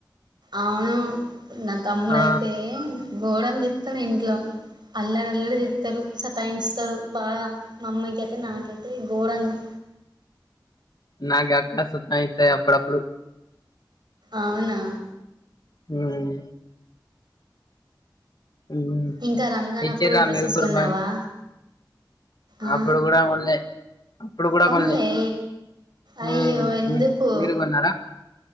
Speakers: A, on the right; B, on the left.
A: అవును నా తమ్ముడు
B: ఆ
A: అయితే గోరం చేస్తాడు ఇంట్లో అల్లర అల్లరు చేస్తారు సతాయిుస్తారు బాగా మమ్మీకి అయితే నాకైతే గోరంగా
B: నాగే అక్క సతయిస్తాయి అప్పుడపుడు
A: అవునా
B: ఉమ్ ఉమ్
A: ఇంకా రంజాన్
B: ఇచ్చింరా
A: అప్పుడు డ్రెస్సెస్
B: మేరి కుర్బాని
A: కొన్నావా ఆ
B: అప్పుడు కూడా కొన్నాయి అప్పుడు కూడా
A: కొన్లే
B: కొనాలే
A: అయ్యో
B: ఉమ్
A: ఎందుకు
B: మీరు కొన్నారా